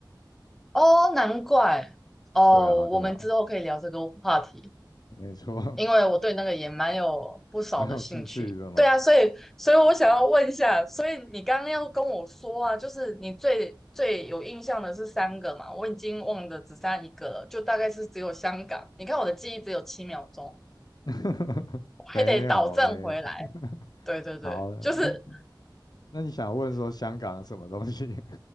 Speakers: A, in the centre; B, on the left (about 55°).
A: 哦，难怪哦，
B: 对啊对啊，
A: 我们之后可以聊这个话题。
B: 没错，
A: 因为我对那个也蛮有不少的兴趣。
B: <laughs> 蛮有兴趣的嘛，
A: 对啊，所以所以我想要问一下，所以你刚刚要跟我说啊，就是你最最有印象的是三个嘛？我已经忘的只剩下一个了，就大概是只有香港。你看我的记忆只有七秒钟，
B: <laughs>
A: 我还得倒正回来。
B: 没有没有。<laughs>
A: 对对对，
B: 好，
A: 就是
B: 那那你想问说香港什么东西？